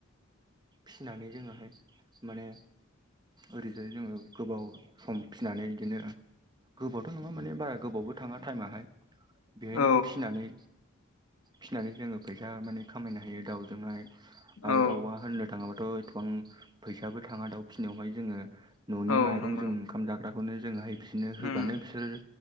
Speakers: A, on the right; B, on the left.
A: फिनानै जोङोहाय माने ओरैजाय जोङो गोबाव सम फिनानै इदिनो गोबावथ' नङा माने बारा गोबावबो थाङा टाइमाहाय बेहायनो
B: औ
A: फिनानै फिनानै जोङो फैसा माने खामायनो हायो दाउजोंहाय
B: औ
A: आरो दाउआ होननो थाङाबाथ' एदथ'बां फैसाबो थाङा दाउ फिनायावहाय जोङो न'नि
B: औ
A: माइरंजों
B: नंगौ नंगौ
A: ओंखाम जाग्राखौनो जोङोहाय बिदिनो होबानो
B: उम
A: बिसोर